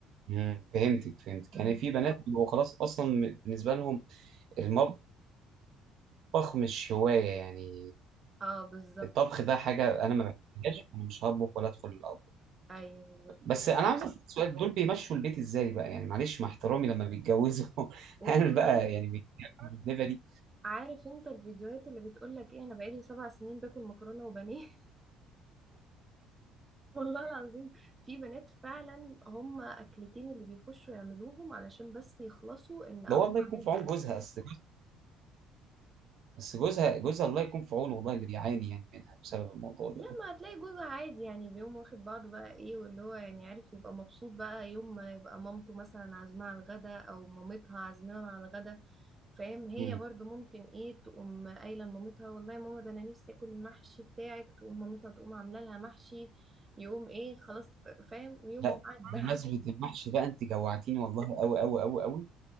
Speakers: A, on the right; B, on the right.
A: مم، فهمتك فهمتك
B: امم
A: يعني في بنات بيبقوا خلاص اصلا م- بالنسبه لهم المطبخ مش هوايه يعني
B: اه بالظبط
A: الطبخ ده حاجه انا ما بحبهاش انا مش هطبخ ولا ادخل الاطبخ
B: ايوه بالظبط
A: بس انا عاوز اسال سؤال دول بيمشوا البيت ازاي بقى يعني معلش مع احترامي لما بيتجوزوا <laughs>
B: والله
A: هل بقى يعني بيتجوزوا الليفه دي
B: عارف انت الفيديوهات اللي بتقولك ايه انا بقالي سبع سنين باكل مكرونة وبانيه والله العظيم في بنات فعلا هم اكلتين اللي بيخشوا يعملوهم علشان بس يخلصوا ان اهو
A: ده هو الله يكون
B: عملت
A: في عون
B: اكل
A: جوزها اصل بس جوزها جوزها الله يكون في عونه والله اللي بيعاني يعني منها بسبب الموضوع
B: لما
A: ده
B: هتلاقي جوزها عادي يعني بيقوم واخد بعضه بقى ايه واللي هو يعني عارف يبقى مبسوط بقى يوم ما يبقى مامته مثلا عازماه على الغدا او مامتها عازماه على الغدا فاهم هي
A: مم.
B: برضو ممكن ايه تقوم قايله لمامتها والله يا ماما ده انا نفسي اكل المحشي بتاعك تقوم مامتها تقوم عامله لها محشي يقوم ايه خلاص فاهم يوم
A: لا
B: وعدى
A: بمناسبه
B: <laughs>
A: المحشي بقى انت جوعتيني والله قوي قوي قوي قوي